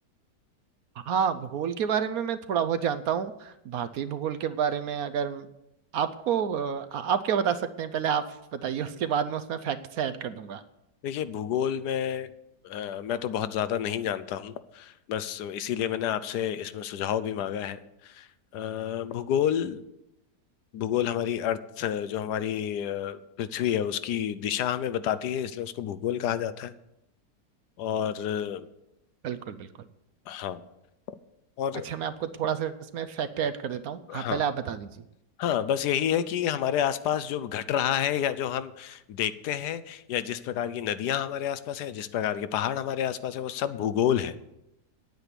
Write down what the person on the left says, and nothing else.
देखिए भूगोल में अ, मैं तो बहुत ज्यादा नहीं जानता हूँ बस इसीलिए मैंने आपसे इसमें सुझाव भी मांगा है अ, भूगोल भूगोल हमारी अर्थ जो हमारी अ, पृथ्वी है उसकी दिशा हमें बताती है इसलिए उसको भूगोल कहा जाता है और अ,
हाँ और
हाँ
हाँ बस यही है कि हमारे आसपास जो घट रहा है या जो हम देखते हैं या जिस प्रकार की नदियां हमारे आसपास हैं जिस प्रकार के पहाड़ हमारे आसपास है वो सब भूगोल है